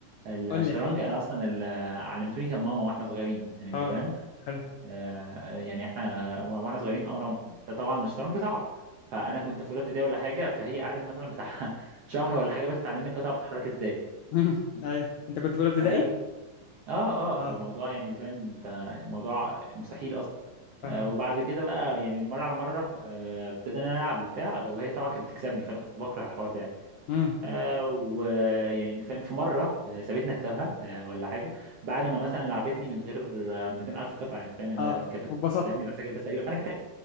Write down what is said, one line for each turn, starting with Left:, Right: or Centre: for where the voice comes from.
Right: الشطرنج
Left: قول لي احكي لي
Right: انا اصلا ال- علمتوني كان ماما واحنا صغيرين يعني انت
Left: اه
Right: فاهم
Left: حلو
Right: آه يعني احنا واحنا صغيرين انا طبعا الشطرنج صعب فانا كنت في اولى ابتدائي ولا حاجه فهي قعدت مثلا بتاع <laughs> شهر ولا حاجه بس بتعلمني القطعه بتتحرك ازاي
Left: <laughs> ايوه انت كنت في اولى ابتدائي
Right: اه اه آه،
Left: اه
Right: فالموضوع يعني فاهم انت الموضوع مستحيل اصلا
Left: فاهم
Right: آه وبعد
Left: قصدي
Right: كده بقى يعني مره على مره آه ابتدينا نلعب وبتاع وهي طبعا كانت بتكسبني فانا كنت بكره الحوار ده يعني.
Left: امم
Right: آه، ويعني انت فاهم في مره آه، سابتني اكسبها آه، ولا حاجه بعد ما مثلا لعبتني من غير آه، 200000 قطعه انت فاهم يعني
Left: اه
Right: انا كانت بتلعبني
Left: واتبسطت
Right: بالعساكر بس تقريبا فانا كسبت